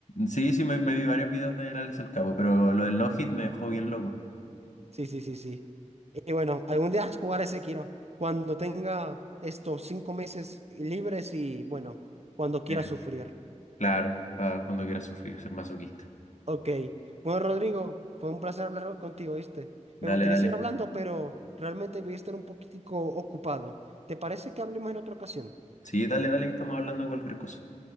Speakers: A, on the left; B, on the right.
A: sí, sí, me, me vi varios videos del Alex el Capo, pero lo del no-hit me dejó bien loco.
B: Sí, sí, sí, sí. Y bueno, algún día jugar ese quiero. Cuando tenga estos cinco meses libres y bueno, cuando quiera
A: Sí.
B: sufrir.
A: Claro, para cuando quieras sufrir, ser masoquista.
B: Ok. Bueno, Rodrigo, fue un placer hablar contigo, ¿viste?
A: Dale,
B: Me gustaría
A: dale.
B: seguir hablando, pero realmente voy a estar un poquitico ocupado. ¿Te parece que hablemos en otra ocasión?
A: Sí, dale, dale, estamos hablando de cualquier cosa.